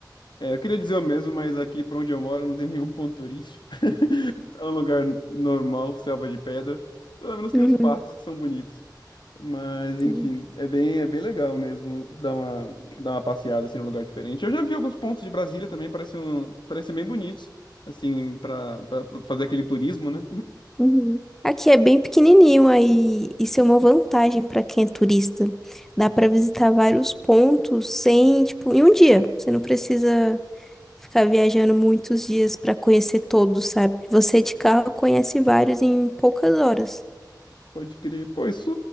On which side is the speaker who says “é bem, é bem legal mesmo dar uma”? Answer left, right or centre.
Left